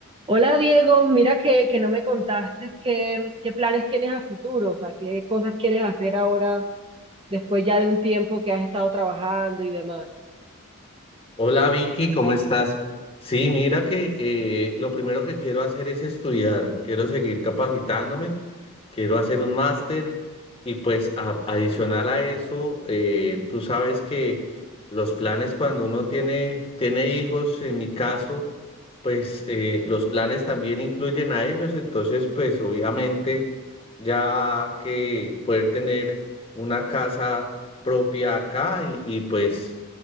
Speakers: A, on the right (about 25°); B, on the left (about 25°).
A: Hola Diego, mira que, que no me contaste qué, qué planes tienes a futuro, o sea, qué cosas quieres hacer ahora después ya de un tiempo que has estado trabajando y demás.
B: Hola Vicky, ¿cómo estás? Sí, mira que eh, lo primero que quiero hacer es estudiar, quiero seguir capacitándome, quiero hacer un máster y pues a- adicional a eso, eh, tú sabes que los planes cuando uno tiene, tiene hijos, en mi caso, pues eh, los planes también incluyen a ellos, entonces pues obviamente ya que poder tener una casa propia acá y y, pues